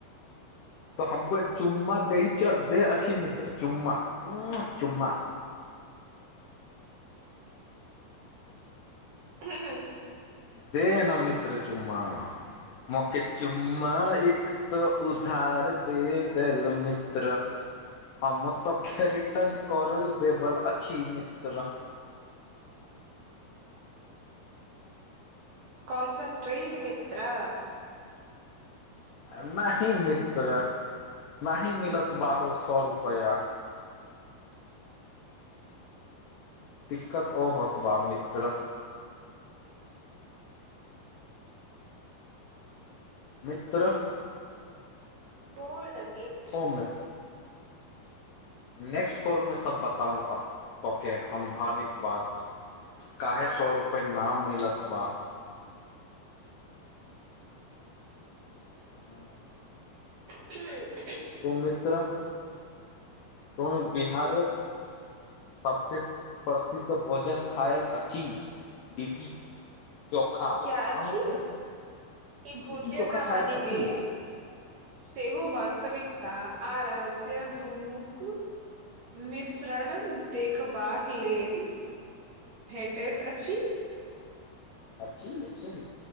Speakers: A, on the left; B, on the right.
A: तऽ हमको एक चुम्मा दे दे अछि मित्र चुम्मा चुम्मा
B: ह
A: देना मित्र चुम्मा मोके चुम्मा एक त उधार दे देल मित्र हम ओतौके रिटर्न करल देबल अछि मित्र <unintelligible>
B: कॉनसनट्रेट मित्रा
A: नाही मित्र नाही मिलत बाबू स रुपैआ दिक्कत ओ होतबा मित मित्र मित्र
B: बोल मित्र
A: ओमे नेक्स्ट कॉलमें सभ बताउ अब तोके हम हर एक बात काहे
B: हाँ
A: सए रुपे नाम मिलत बा हँ
B: <unintelligible>
A: ओ मित्र त बिहारक सबसे प्रसिद्ध भोजन खायल अछि कथी लिटी चोखा
B: क्या अछि
A: हँ मित्र
B: ई भूतिया
A: लिट्टी चोखा
B: कहानी
A: खायत अछि
B: मे सेहो वास्तविक ता आ रहस्य दुनूक मिश्रण देखबाक लेल भेटैत अछि
A: अछि अछि ह